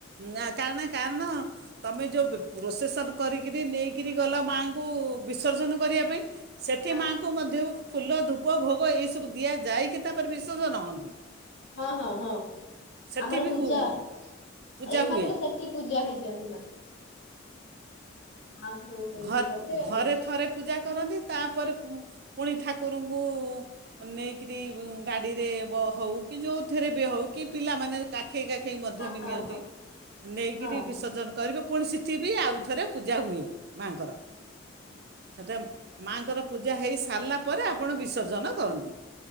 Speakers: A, on the right; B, on the left.
A: ନା କାରଣ କାରଣ ତମେ ଯୋଉ ବ-ବ ପ୍ରୋସେସନ୍ କରିକିରି ନେଇକିରି ଗଲ ମାଆଙ୍କୁ ବିସର୍ଜନ କରିବା ପାଇଁ ସେଠି
B: ହଁ
A: ମାଆଙ୍କୁ ମଧ୍ୟ ଫୁଲ ଧୂପ ଭୋଗ ଏଇସବୁ ଦିଆଯାଇକି ତାପରେ ବିସର୍ଜନ ହଅନ୍ତି?
B: ହଁ ହଁ ହଁ
A: ସେଠି
B: ଆମର
A: ବି
B: ପୂଜା
A: ହୁ- ପୂଜା
B: ଏଖାତ୍ରେ
A: ହୁଏ
B: ସେଠି ପୂଜା ହେଇଯାନ୍ତି ମା। ମାଙ୍କୁ ସେଇଠି
A: ଘର୍-ଘରେ
B: ଏକାଥରେ ହଁ
A: ଥରେ ପୂଜା କରନ୍ତି ତାପରେ ପୁ ପୁଣି ଠାକୁରୁଙ୍କୁ ନେଇକିରି ଗାଡ଼ିରେ ବ ହୋଉ କି ଯୋଉଥେରେ ବି ହୋଉ କି ପିଲାମାନେ କାଖ୍ ଖେଇ କାଖେଇ ମଧ୍ୟ ବି
B: ହଁ
A: ନିଅନ୍ତି।
B: ହଁ
A: ନେଇକିରି
B: ହଁ।
A: ବିସର୍ଜନ କରିବେ ପୁଣି ସିଠି ବି ଆଉଥରେ ପୂଜା ହୁଏ। ମାଙ୍କର ସେଠେମ୍ ମାଙ୍କର ପୂଜା ହୋଇସାରିଲା ପରେ ଆପଣ ବିସର୍ଜନ କରନ୍ତି।